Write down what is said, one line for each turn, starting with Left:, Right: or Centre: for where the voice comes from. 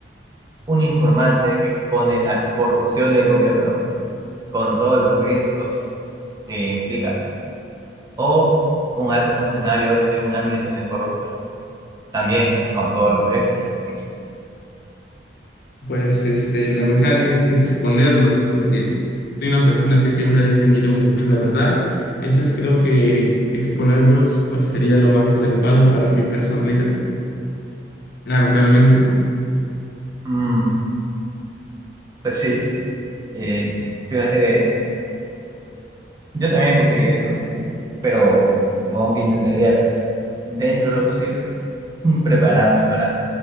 Right: un informante que expone la corrupción del gobierno con todos los riesgos que implica? ¿O un alto funcionario en una administración corrupta? También con todos los riesgos que implica.
Left: Pues, este, lamentablemente exponerlos, porque soy una persona que siempre ha defendido mucho la verdad, entonces creo que exponerlos, pues sería lo más adecuado para mi personalidad. Lamentablemente no.
Right: Mm, Pues sí, eh, fíjate que yo también escogería eso, pero supongo que intentaría, dentro de lo posible, <laughs> mm, prepararme para